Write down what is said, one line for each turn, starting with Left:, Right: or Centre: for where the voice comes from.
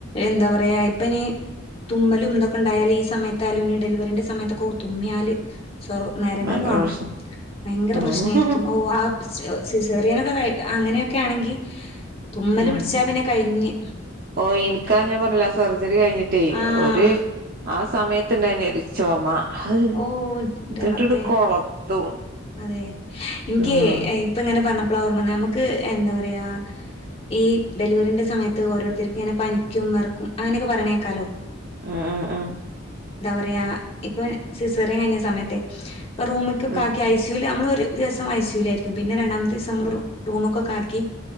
Left: എന്താ പറയാ ഇപ്പ ഇനി തുമ്മലും ഇതൊക്കെ ഇണ്ടായാല് ഈ സമയ താലുവിന് ഡെലിവറിന്റെ സമയത്തൊക്കെ തുമ്മിയാല് സ്വർ നരകം
Right: ഭയങ്കര
Left: കാണും
Right: പ്രശ്നം
Left: ഭയങ്കര
Right: ഉം
Left: പ്രശ്നമായിരിക്കും ഓ ആ <unintelligible> സിസേറിയാനൊക്ക <unintelligible> അങ്ങനെയൊക്കെ ആണെങ്കി തുമ്മല്
Right: ഉം
Left: പിടിച്ചാ പിന്നെ കഴിഞ്ഞ്
Right: ഓ എനിക്കാ ഞാൻ പറഞ്ഞില്ലേ സർ <unintelligible> കഴിഞ്ഞിട്ടേ
Left: ആഹ്
Right: ഒരു ആ സ സമയത്ത് <unintelligible> ചൊമ <unintelligible>
Left: ഓ ന്റെ
Right: ഇത് ഇട്ടിട്ട്
Left: റബ്ബേ
Right: കൊളത്തും
Left: അതെ ഇനിക്കേ
Right: ആഹ്
Left: ഇപ്പ ഇങ്ങനെ പറഞ്ഞപ്പോ ഓർമ്മ വന്നേ നമുക്ക് എന്താ പറയാ ഈ ഡെലിവറിന്റെ സമയത്ത് ഓരോരുത്തർക്ക് ഇങ്ങനെ പനിക്കും വറക്കും അങ്ങനെയൊക്കെ പറയണെക്കാലോ
Right: അ അ അ
Left: പറയാ ഇപ്പൊ സിസറിയൻ കഴിഞ്ഞ സമയത്തെ റൂമക്ക
Right: ഉം
Left: നമ്മള് ഒരു ദിവസം ഐസിയുലായിരിക്കും പിന്നെ രണ്ടാമത്തെ ഒരൂസം നമ്മൾ
Right: ഉം
Left: റൂമൊക്കൊക്കെ ആക്കി